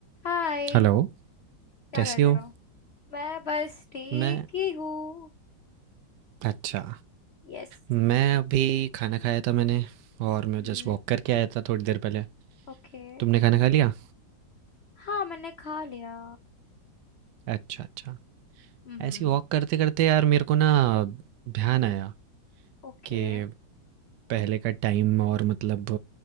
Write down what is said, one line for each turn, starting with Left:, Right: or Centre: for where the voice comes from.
Left: हाय
Right: हेलो,
Left: क्या
Right: कैसी
Left: कर रहे
Right: हो?
Left: हो मैं बस ठीक
Right: मैं
Left: ही हूँ
Right: अच्छा,
Left: यस
Right: मैं अभी खाना खाया था मैंने और मैं
Left: हम्म
Right: जस्ट वॉक करके आया था थोड़ी देर पहले।
Left: ओके
Right: तुमने खाना खा लिया?
Left: हाँ मैंने खा लिया
Right: अच्छा अच्छा
Left: हम्म
Right: ऐसी वॉक करते करते यार मेरे को ना ध्यान
Left: हम्म
Right: आया
Left: ओके
Right: कि पहले का टाइम और मतलब